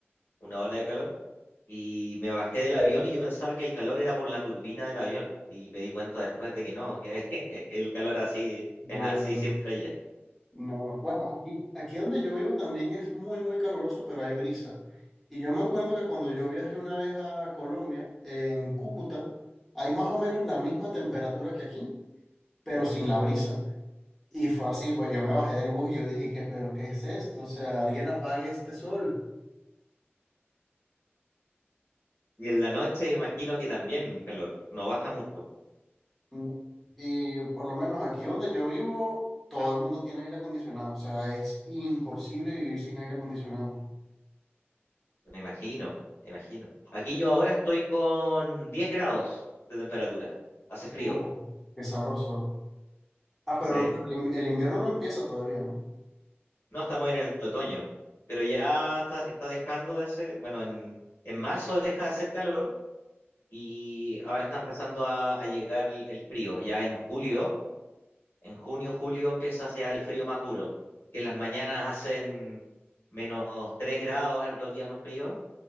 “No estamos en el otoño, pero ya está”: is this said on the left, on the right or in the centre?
Left